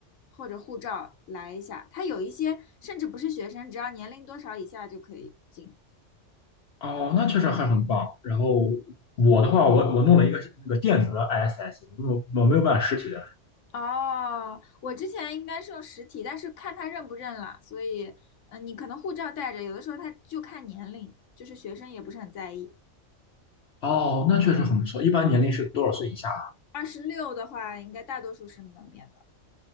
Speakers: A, on the left; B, on the left.
A: 或者护照来一下，它有一些甚至不是学生，只要年龄多少以下就可以进。
B: 哦，那确实还很棒。然后我的话，我我弄了一个是那个电子的 ISIC，我我没有办实体的。
A: 哦，我之前应该是用实体，但是看他认不认了，所以，嗯、你可能护照带着，有的时候他就看年龄，就是学生也不是很在意。
B: 哦，那确实很不错。一般年龄是多少岁以下？
A: 二十六的话，应该大多数是能免的。